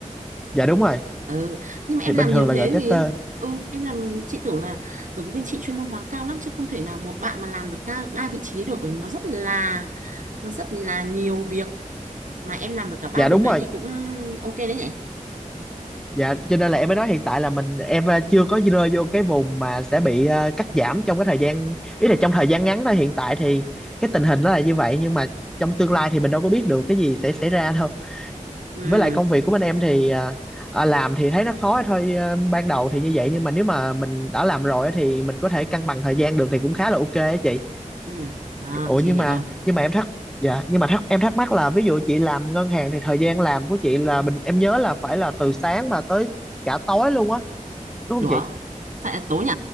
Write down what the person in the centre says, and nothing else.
dạ đúng rồi
thì bình
thường
là
gọi tester
dạ
đúng
rồi
Dạ, cho nên là em mới nói hiện tại là mình em ờ, chưa có rơi vô cái vùng mà sẽ bị ờ, cắt giảm trong cái thời gian ý là trong thời gian ngắn thôi hiện tại thì cái tình hình nó là như vậy nhưng mà trong tương lai thì mình đâu có biết được cái gì sẽ xảy ra đâu.
Với lại công việc của bên em thì ờ, ờ, làm thì thấy nó khó thôi ờ, ban đầu thì như vậy nhưng mà nếu mà mình đã làm rồi á thì mình có thể cân bằng thời gian được thì cũng khá là ok á chị.
Ủa
nhưng
mà
nhưng mà em thắc dạ nhưng mà thắc em thắc mắc là ví dụ chị làm ngân hàng thì thời gian làm của chị là mình em nhớ là phải là từ sáng mà tới cả tối luôn á đúng
không chị